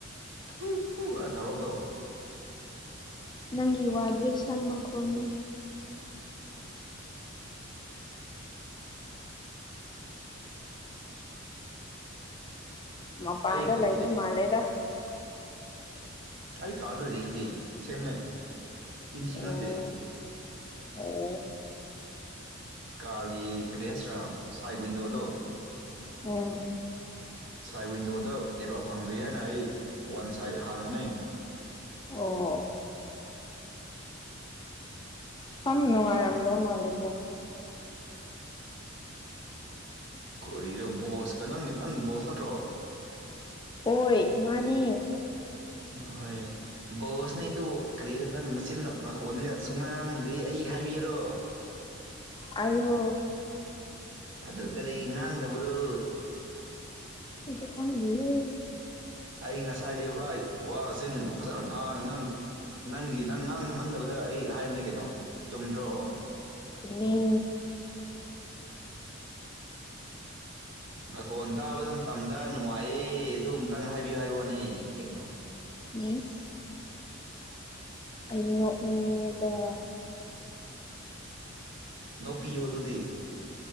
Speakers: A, on the right (about 60°); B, on the left (about 20°).
A: ꯊ꯭ꯔꯨ ꯊ꯭ꯔꯨ ꯀ ꯇꯧꯔꯔꯕꯗꯣ
B: ꯅꯪꯒꯤ ꯋꯥꯗꯒꯤ ꯁꯟ ꯃꯈꯣꯟꯅꯦ ꯃꯄꯥꯟꯗ
A: ꯑꯩ
B: ꯂꯩꯕ
A: ꯑꯩ
B: ꯃꯥꯜꯂꯦꯗ
A: ꯑꯩ ꯀꯥꯔꯗ ꯌꯦꯡꯁꯤ ꯁꯦꯝꯅꯦ ꯇꯤꯟ ꯁꯤꯕ
B: ꯑꯣ
A: ꯅꯠꯇꯦ
B: ꯑꯣ
A: ꯀꯥꯔꯒꯤ ꯀꯔꯤ ꯍꯥꯏꯁ꯭ꯔꯥ ꯁꯥꯏ ꯋꯤꯟꯗꯣꯗꯣ
B: ꯎꯝ
A: ꯁꯥꯏꯠ ꯋꯤꯟꯗꯣꯗ ꯅꯦꯠꯋꯥꯛ ꯐꯪꯗꯦ ꯍꯥꯏꯅ ꯑꯩ ꯋꯥꯟ ꯁꯥꯏꯠ ꯍꯥꯡꯕꯅꯦ
B: ꯑꯣ ꯐꯅꯨ ꯋꯥꯔꯝꯗ ꯃꯥꯂꯨꯝꯦ
A: ꯀꯣꯗ ꯕꯣꯁꯀ ꯅꯪ ꯅꯪ ꯕꯣꯁ ꯅꯠꯇ꯭ꯔꯣ
B: ꯍꯣꯏ ꯃꯥꯅꯦ
A: ꯑꯥ ꯍꯣꯢ ꯕꯣꯁꯅꯦ ꯑꯗꯨ ꯀꯔꯤ ꯅꯪ ꯃꯆꯤꯟ ꯅꯈꯣꯟꯅꯤ ꯁꯨꯡꯉꯥꯡ ꯉꯥꯡꯗꯦ ꯑꯩ ꯍꯥꯏꯕꯤꯋꯨꯔꯣ
B: ꯍꯥꯢꯌꯣ
A: ꯑꯗꯨ ꯀꯔꯤ ꯉꯥꯡꯗꯕ꯭ꯔꯣ
B: ꯑꯩꯁꯨ ꯈꯥꯡꯗꯦꯌꯦ
A: ꯑꯩ ꯉꯁꯥꯏꯗꯤ ꯄꯨꯔꯥ ꯋꯥꯒꯁꯤ ꯅꯪ ꯐꯖꯅ ꯉꯥꯡꯉꯒ ꯅꯪ ꯅꯪꯒꯤ ꯅꯪ ꯉꯥꯡ ꯉꯝꯍꯟꯅꯕꯗ ꯑꯩ ꯍꯥꯏꯕꯅꯦ ꯀꯩꯅꯣ ꯆꯨꯝꯗ꯭ꯔꯣ
B: ꯆꯅꯤ
A: ꯈꯣꯟ ꯇꯥꯕꯗ ꯃꯇꯝꯗ ꯅꯨꯡꯉꯥꯏꯌꯦ ꯑꯗꯨ ꯑꯇꯪ ꯍꯥꯏꯕꯤꯌꯨ ꯍꯥꯏꯕꯅꯦ ꯀꯩꯅꯣ
B: ꯃꯤꯅꯤꯁ ꯑ ꯅꯣꯛꯅꯤꯡꯉꯩꯗ
A: ꯎꯄꯤꯌꯣ ꯑꯗꯨꯗꯤ